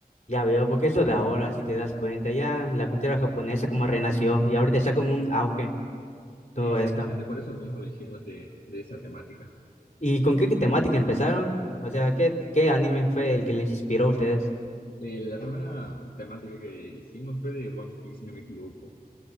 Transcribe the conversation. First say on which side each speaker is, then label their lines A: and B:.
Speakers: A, on the left; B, on the left.
A: Ya veo, porque eso de ahora, si te das cuenta, ya la cultura japonesa como renació y ahorita está como un auge todo
B: Sí, exactamente,
A: esto.
B: por eso mismo lo hicimos de, de esa temática.
A: ¿Y con qué temática empezaron? O sea, ¿qué, qué anime fue el que les inspiró a ustedes?
B: Eh, la primera temática que hicimos fue de One Piece, si no me equivoco.